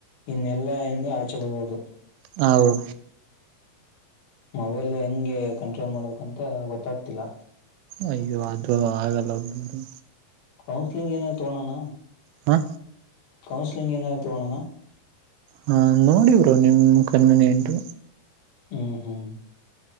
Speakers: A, on the left; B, on the right.
A: ನ್ನೆಲ್ಲಾ ಇಂದೇ ಆಚೆ ಬರಬಹುದು
B: ಹ ಬ್ರೋ
A: ಮೊಬೈಲ್ ಹೆಂಗೆ ಕಂಟ್ರೋಲ್ ಮಾಡ್ಬೇಕಂತ ಗೊತ್ತಾಗ್ತಿಲ್ಲ
B: ಅಯ್ಯೋ ಅದು ಆಗಲ್ಲ ಬ್ರೋ
A: ಕೌನ್ಸಿಲಿಂಗ್ ಏನನಾ ತೋಗೊಣೋಣ
B: ಹಾ
A: ಕೌನ್ಸಿಲಿಂಗ್ ಏನರಾ ತಗಣೋನಾ
B: ಹಾ ನೋಡಿ ಬ್ರೋ ಕನ್ವಿನೆಂಟ್
A: ಹ್ಮ ಹ್ಮ್